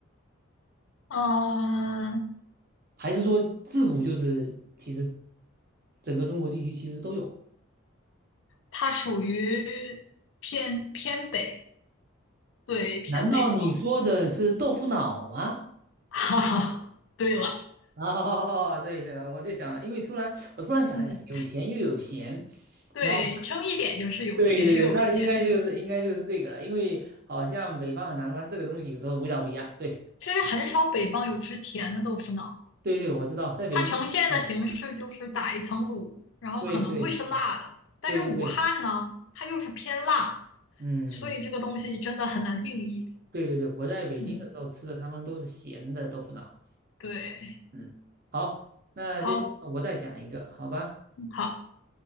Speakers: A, on the left; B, on the right.
A: 嗯，
B: 还是说自古就是其实整个中国地区其实都有？
A: 它属于偏偏北，对，偏北方。
B: 难道你说的是豆腐脑吗？
A: <laughs> 哈哈，对了，
B: <laughs> 哦，对的，我就想了，因为突然我突然想了想，
A: 嗯，
B: 有甜又有咸。
A: 对，
B: 然后。
A: 争一点就是有甜又有咸。
B: 对对对，那应该就是应该就是这个了，因为好像北方和南方这个东西有时候味道不一样。对
A: 其实很少北方有吃甜的豆腐脑，
B: 对对，我知道，在北京啊，
A: 它呈现的形式就是打一层卤，然后可能会是辣的，
B: 对对
A: 但是武汉呢，
B: 对对对，
A: 它又是偏辣，
B: 嗯，
A: 所以这个东西真的很难定义。
B: 对对对，我在北京的时候吃的他们都是咸的豆腐脑。
A: 嗯，对，
B: 嗯，好，那接下来我再想一个，
A: 好，
B: 好吧？
A: 好，